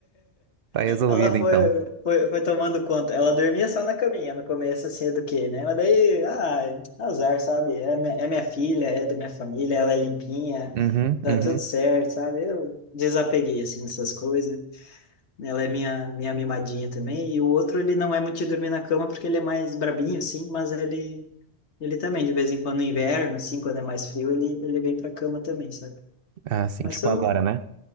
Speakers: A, on the right; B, on the left.
A: Tá resolvido
B: Ela
A: então.
B: foi, foi, foi tomando conta. Ela dormia só na caminha no começo, assim, do quê, né? Mas daí, ah, azar, sabe? É minha, é minha filha, é da minha família, ela é limpinha,
A: Uhum,
B: tá
A: uhum.
B: tudo certo, sabe? Eu desapeguei, assim, dessas coisas. Ela é minha, minha mimadinha também. E o outro, ele não é muito de dormir na cama porque ele é mais brabinho, assim, mas ele, ele também, de vez em quando, no inverno, assim, quando é mais frio, ele, ele vem pra cama também, sabe?
A: Ah, sim,
B: Mas
A: tipo
B: são
A: agora, né?